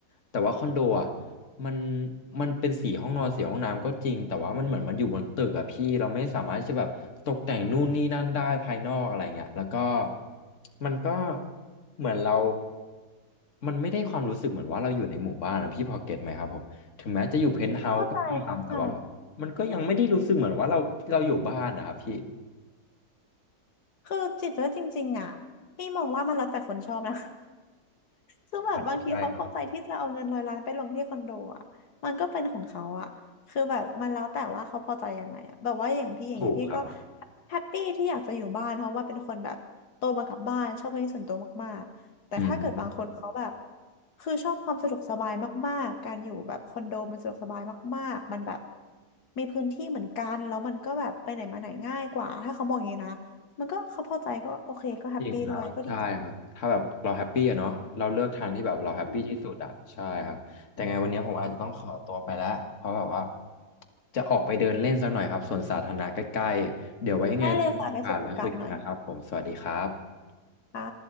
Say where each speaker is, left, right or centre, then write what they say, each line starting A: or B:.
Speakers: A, on the left; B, on the left.
A: แต่ว่าคอนโดอ่ะ มันมันเป็นสีห้องนอนสีห้องน้ำก็จริงแต่ว่ามันเหมือนมันอยู่บนตึกอะพี่เราไม่สามารถที่จะแบบตกแต่งนู่นนี่นั่นได้ภายนอกอะไรเงี้ยแล้วก็มันก็เหมือนเรามันไม่ได้ความรู้สึกเหมือนว่าเราอยู่ในหมู่บ้านนะพี่พอเก็ตไหมครับผมถึงแม้จะอยู่เพนท์เฮาส์ก็ตามแต่ว่าแบบมันก็ยังไม่ได้รู้สึกเหมือนว่าเราเราอยู่บ้านนะครับพี่
B: เข้าใจเข้าใจคือจิตว่าจริงๆอ่ะพี่มองว่ามันแล้วแต่คนชอบนะ ซึ่งแบบบางทีเขาพอใจที่จะเอาเงินร้อยล้านไปลงที่คอนโดอ่ะมันก็เป็นของเขาอ่ะคือแบบมันแล้วแต่ว่าเขาพอใจยังไงอ่ะแบบว่าอย่างพี่อย่างเงี้ยพี่ก็
A: อาจจะใช่ครับถูกครับผม
B: แฮปปี้ที่อยากจะอยู่บ้านเพราะว่าเป็นคนแบบโตมากับบ้านชอบพื้นที่ส่วนตัวมากๆแต่ถ้าเกิดบางคนเขาแบบ
A: อืม
B: คือชอบความสะดวกสบายมากๆการอยู่แบบคอนโดมันสะดวกสบายมากๆมันแบบมีพื้นที่เหมือนกันแล้วมันก็แบบไปไหนมาไหนง่ายกว่าถ้าเขามองอย่างนี้นะมันก็เขาพอใจก็โอเคก็แฮปปี้ด้วยก็ดีใจ
A: จริงครับใช่ครับถ้าแบบเราแฮปปี้อะเนาะเราเลือกทางที่แบบเราแฮปปี้ที่สุดอะใช่ครับแต่ไงวันนี้ผมอาจจะต้องขอตัวไปแล้วเพราะแบบว่า
B: อืม
A: จะออกไปเดินเล่นสักหน่อยครับสวนสาธารณะใกล้ๆเดี๋ยวไว้ยังไงเรามีโอกาสไว้คุยกันนะครับผมสวัสดีครับ
B: ได้เลยค่ะไปสูดอากาศหน่อยค่ะ